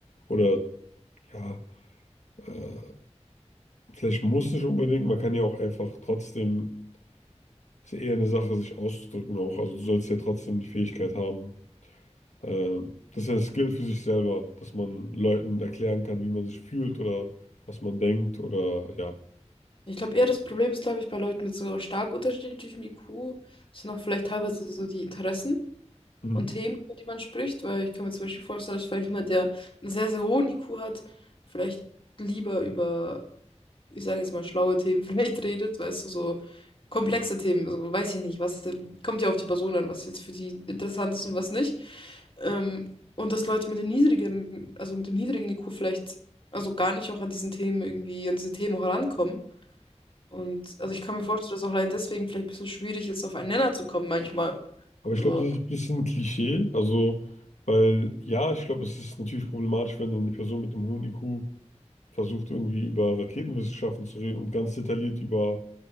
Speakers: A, on the left; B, on the left.
A: Oder ja, äh, vielleicht muss nicht unbedingt, man kann ja auch einfach trotzdem Ist ja eher eine Sache, sich auszudrücken auch. Also du sollst ja trotzdem die Fähigkeit haben. Ähm, das ist ja ein Skill für sich selber, dass man Leuten erklären kann, wie man sich fühlt oder was man denkt oder ja.
B: Ich glaube eher, das Problem ist, glaube ich, bei Leuten mit so stark unterschiedlichem IQ sind auch vielleicht teilweise so die Interessen
A: Mhm.
B: und Themen, über die man spricht, weil ich kann mir zum Beispiel vorstellen, dass vielleicht jemand, der einen sehr, sehr hohen IQ hat, vielleicht lieber über ich sage jetzt mal, schlaue Themen <laughs> vielleicht redet, weißt du, so komplexe Themen, also weiß ich nicht, was kommt ja auf die Person an, was jetzt für die interessant ist und was nicht. Ähm, und dass Leute mit dem niedrigeren, also mit dem niedrigen IQ vielleicht, also gar nicht auch an diesen Themen irgendwie, an diese Themen auch herankommen. Und also ich kann mir vorstellen, dass auch allein deswegen vielleicht ein bisschen schwierig ist, auf einen Nenner zu kommen manchmal.
A: Aber ich
B: So,
A: glaube, das ist ein bisschen Klischee. Also, weil ja, ich glaube, es ist natürlich problematisch, wenn dann die Person mit dem hohen IQ versucht, irgendwie über Raketenwissenschaften zu reden und ganz detailliert über,